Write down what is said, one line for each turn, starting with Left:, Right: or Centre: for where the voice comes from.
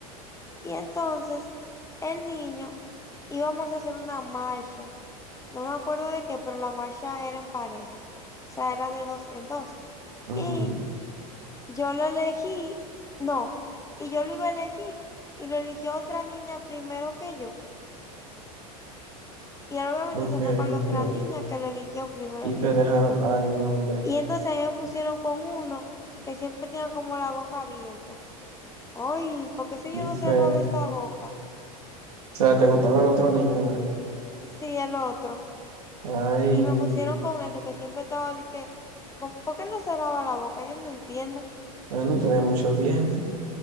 Left: Y entonces, el niño íbamos a hacer una marcha. No me acuerdo de qué, pero la marcha era en parejas. O sea, era de dos en dos.
Right: ujú,
Left: Y yo lo elegí, no, y yo lo iba a elegir y lo eligió otra niña primero que yo. Y él obviamente
Right: ok,
Left: se fue con la
Right: ok.
Left: otra niña que lo eligió primero
Right: Y te
Left: que yo.
Right: dejaron, ay, hombre,
Left: Y entonces a mí me pusieron con uno que siempre tenía como la boca abierta. Ay, ¿por qué si
Right: y
Left: yo no
Right: feo.
Left: cerraba esa
Right: O
Left: boca?
Right: sea, te gustaba el otro niño, ¿verdad?
Left: Sí, el otro.
Right: Ay,
Left: Y me pusieron con ese que siempre estaba de que, con ¿por qué no cerraba la boca? Yo no entiendo.
Right: ay, no tenía muchos dientes.